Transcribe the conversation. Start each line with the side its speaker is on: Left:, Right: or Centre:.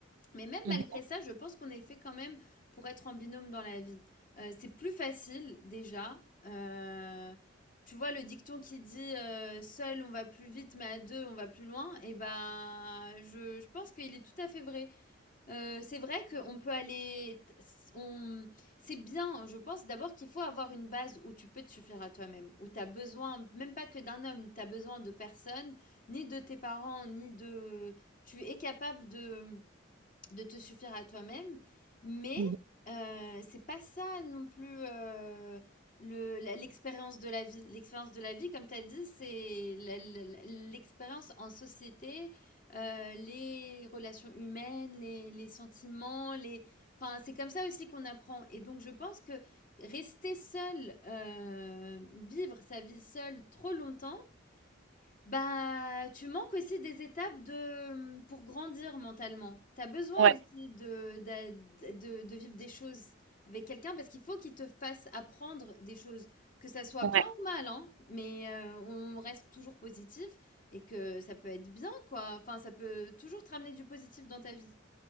Left: Mais même
Right: <laughs>
Left: malgré ça, je pense qu'on est fait quand même pour être en binôme dans la vie. Heu, c'est plus facile déjà, heu, tu vois le dicton qui dit, heu: «Seul on va plus vite, mais à 2 on va plus loin» et ben, je je pense qu'il est tout à fait vrai. Euh, c'est vrai qu'on peut aller. On... C'est bien, je pense d'abord qu'il faut avoir une base où tu peux te suffire à toi-même, où tu as besoin, même pas que d'un homme, tu as besoin de personne, ni de tes parents, ni de. Tu es capable de de te suffire à toi-même, mais
Right: Mhm.
Left: heu, c'est pas ça non plus, heu, le la l'expérience de la vie. L'expérience de la vie, comme tu as dit, c'est la la l'expérience en société, heu, les relations humaines, les les sentiments, les enfin, c'est comme ça aussi qu'on apprend et donc je pense que rester seul, heu, vivre sa vie seul trop longtemps, bah, tu manques aussi des étapes de, pour grandir mentalement. T'as besoin
Right: Ouais,
Left: aussi de, d'a- de, de vivre des choses avec quelqu'un parce qu'il faut qu'il te fasse apprendre des choses, que ça soit
Right: ouais.
Left: bien ou mal, hein, mais euh, on reste toujours positif et que ça peut être bien, quoi. Enfin, ça peut toujours te ramener du positif dans ta vie.